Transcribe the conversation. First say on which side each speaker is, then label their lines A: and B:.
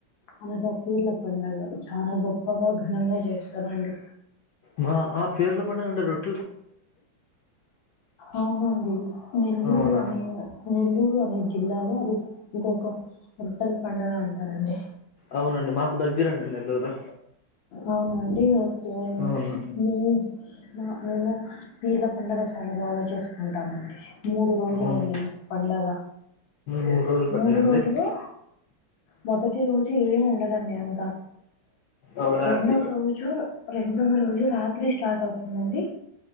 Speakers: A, on the left (about 90°); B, on the left (about 70°).
A: అనగా పీర్ల పండగ చానా గొప్పగా ఘనంగా చేస్తారండి.
B: మా ఆ పీర్ల పండగ అంటే రొట్
A: అవునండి నెల్లూరు
B: అవునా
A: అనే నెల్లూర్ రు అనే జిల్లాలో అది ఇంకొక రొట్టెల పండగ అంటారండి.
B: అవునండి మాకు దగ్గరండి నెల్లూరు
A: అవునా అండి ఓకే అండి
B: అవును
A: మీ మా మేము పీర్ల పండగ చాలా బాగా చేస్కుంటాము. మూడు రోజులండి
B: అవును
A: పండగ
B: మూడు రోజుల పండుగ
A: మూడు
B: అండి
A: రోజులే మొదటి రోజు ఏమి ఉండదండి అంతా,
B: అవునా
A: రెండవ
B: అండి
A: రోజు రెండవ రోజు రాత్రి స్టార్ట్ అవుతుందండి